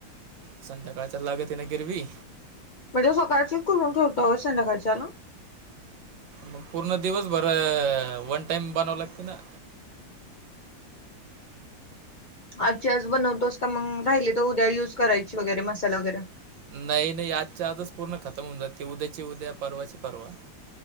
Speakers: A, on the right; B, on the left.
A: संध्याकाळच्या लाग तने गिरवी
B: म्हणजे सकाळची संध्याकाळच्याला
A: मग पूर्ण दिवस बरं वन टाइम बनवं लागते ना
B: आज आज बनवतोस का मग राहिले तर उद्या युज करायची वगैरे मसाला वगैरे
A: नाही नाही आजच्या आजच पूर्ण खतम होऊन जाते उद्याची उद्या परवाची परवा